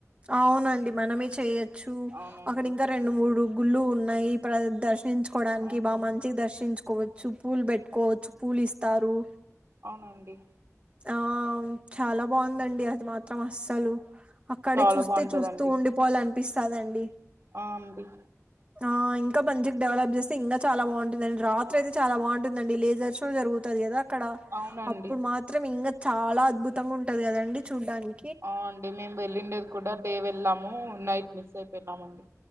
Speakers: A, on the right; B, on the right.
A: అవునండి మనమే చేయొచ్చు
B: అవునండి
A: అక్కడ ఇంకా రెండు మూడు గుళ్ళు ఉన్నాయి ఇ ప్ర దర్శ దర్శించుకోవడానికి
B: అవును
A: బాగా మంచిగా దర్శించుకోవచ్చు పూలు పెట్టుకోవచ్చు పూలు ఇస్తారు
B: అవునండి
A: ఆ చాలా బాగుందండి అది మాత్రం అస్సలు అక్కడే
B: చాలా
A: చూస్తే
B: బాగుంటదండి
A: చూస్తూ ఉండిపోవాల అనిపిస్తదండి
B: ఆ అండి
A: ఆ ఇంకా మంచికి డెవలప్ చేస్తే ఇంకా చాలా బాగుంటుందిండి రాత్రి అయితే చాలా బాగుంటుందండి లేజర్స్ లో జరుగుతది కదా అక్కడ
B: అవునండి
A: అప్పుడు మాత్రం ఇంకా చాలా అద్భుతంగా ఉంటది కదండి చూడ్డానికి
B: ఆ అండి మేము వెళ్లిండేది కూడా డే వెళ్ళాము నైట్ మిస్ అయిపోయినామ అండి